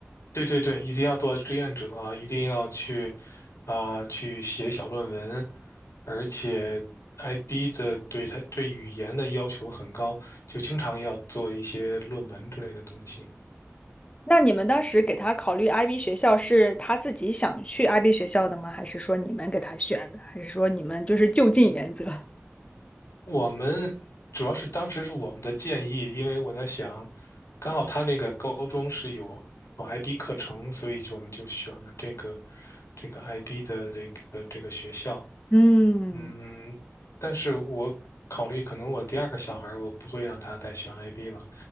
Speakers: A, on the left; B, on the left.
A: 对对对，一定要做志愿者啊一定要去啊、去写小论文，而且 IB 的对它对语言的要求很高，就经常要做一些论文之类的东西。
B: 那你们当时给他考虑 IB 学校，是他自己想去 IB 学校的吗？还是说你们给他选的？还是说你们就是就近原则？
A: 我们主要是当时是我们的建议，因为我在想，刚好他那个高中是有有 IB 课程，所以就我们就选了这个这个 IB 的这个这个学校。
B: 嗯，
A: 嗯，但是我考虑可能我第二个小孩儿我不会让他再选 IB 了，